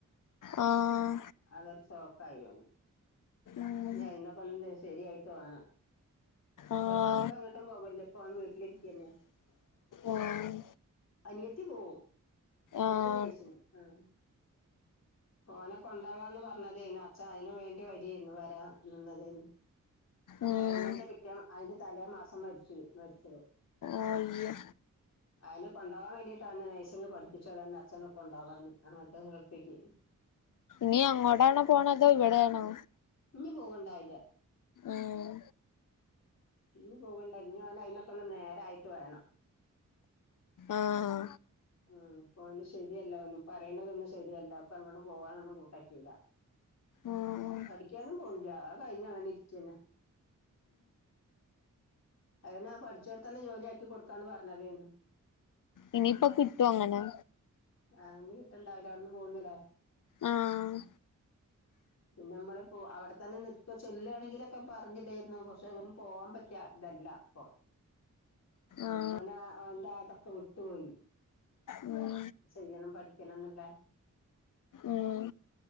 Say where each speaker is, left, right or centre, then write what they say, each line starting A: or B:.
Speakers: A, on the left; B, on the left.
A: ആഹ
B: അതൊരു ഷോക്കായി ഓന്
A: ഉം
B: ഇഞ്ഞ് അയിന്നൊക്കെ ഒന്ന് ശെര്യായിട്ട് വേണം
A: ആഹ
B: പ്പങ്ങട്ടും പോവല്ല്യ പ്പോൻ വീട്ടിലിരിക്കെന്ന്യാ
A: ഉം
B: അനിയത്തി പോവും,
A: ആഹ്
B: ഓള് നേഴ്സിംഗ് ആ ഓന കൊണ്ടാവാന്ന് പർഞ്ഞതേന്നു അച്ഛ അയിന് വേണ്ടി വര്യേന്നു ര നിന്നതേനു
A: ഉം
B: വെര്നേന്റെ പിറ്റേ അയിന്റെ തലേ മാസം മര്‌ചോയ്, മരിച്ചത്
A: ആയ്യ.
B: അയിനെ കൊണ്ടോവാ വേണ്ടീട്ടാണ് നേഴ്സിങ് പഠിപ്പിച്ചതെന്നെ അച്ഛനെ കൊണ്ടോവാന് അങ്ങോട്ട് ഗൾഫീക്കി
A: നി അങ്ങോടാണോ പോണതോ ഇവിടേണോ?
B: ഞ് പോവ്ണ്ടായില്ല്യ.
A: ഏഹ്.
B: ഞ് പോക്ണ്ട ഇഞ് ഓന് അയിന്നൊക്കൊന്ന് നേരായിട്ട് വേണം.
A: ആഹ്.
B: ആഹ് പ്പോന് ശെര്യല്ല ഓന് പറിണതൊന്നും ശെരിയല്ല പ്പെങ്ങട്ടും പോവാനൊ ന്നും കൂട്ടാക്കില്ല
A: ഉം
B: പഠിക്ക്യാനും പോണ്ല്ല്യ ആ കഴിഞ്ഞങ്ങനെ ഇരിക്കെന്നെ. അയിനാ പട്ച്ചോട്ത്തന്നെ ജോല്യാക്കി കൊട്ക്കാന്ന് പറഞ്ഞതേന്ന്.
A: ഇനീപ്പൊ കിട്ടൊങ്ങനെ.
B: ആഹ് നി കിട്ടണ്ടാവൂല്ല ഔട്ന്ന് പോന്ന്ലേ.
A: ആഹ്
B: പിന്നമ്മള് പോ അവടെതന്നെ നിക്ക ചെല്ലാണെങ്കി ക്കെ പറഞ്ഞിടേർന്നു പക്ഷെ വല് പോവാ പറ്റ്യ തല്ല പ്പൊ.
A: ആഹ്.
B: ഓനാ ഓൻ്റാതൊക്കെ വിട്ട് പോയി.
A: ഉം.
B: യ്യണം പഠിക്കണംന്നിള്ളേ.
A: ഉം